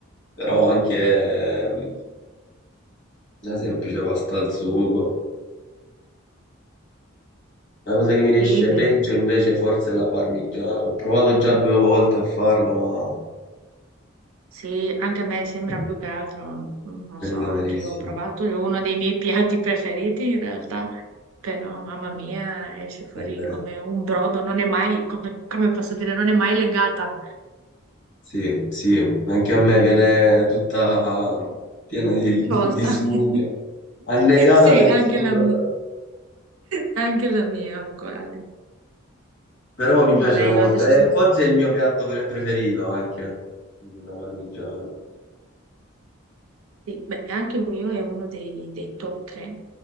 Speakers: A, on the left; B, on the right.
A: però anche ehm, Una semplice pasta al sugo. La cosa che mi riesce
B: Sì, beh,
A: peggio invece forse è la parmigiana. Ho provato già due volte a farla, ma
B: sì, anche a me sembra
A: è
B: più che altro, mm, non
A: venuta
B: so, anche
A: malissimo.
B: io ho provato, è uno dei miei <laughs> piatti preferiti in realtà, però mamma mia, esce fuori
A: Davvero.
B: come un brodo, non è mai, come, come posso dire, non è mai legata,
A: Sì, sì, anche a me
B: non
A: viene
B: è
A: tutta piena di, di
B: sciolta.
A: sugo,
B: <laughs>
A: annegata
B: Sì,
A: nel
B: anche
A: sugo.
B: la mia, anche la mia è uguale.
A: Però mi piace
B: Vabbè,
A: molto.
B: io adesso
A: E
B: sono
A: forse è il mio piatto pre- preferito anche, la parmigiana.
B: Sì, beh, anche il mio è uno dei, dei top 3.